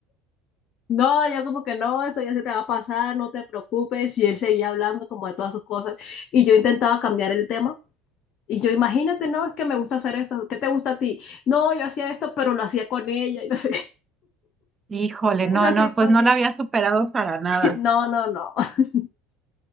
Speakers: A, on the left; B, on the right.
A: No, yo como que no, eso ya se te va a pasar, no te preocupes. Y él seguía hablando como de todas sus cosas. Y yo intentaba cambiar el tema. Y yo, imagínate, no, es que me gusta hacer esto. ¿Qué te gusta a ti? No, yo hacía esto, pero lo hacía con ella. Y no sé. <laughs>
B: Híjole,
A: Eso
B: no, no,
A: sí
B: pues
A: fue
B: no
A: bien.
B: la había superado para nada.
A: <laughs> No, no, no. <laughs>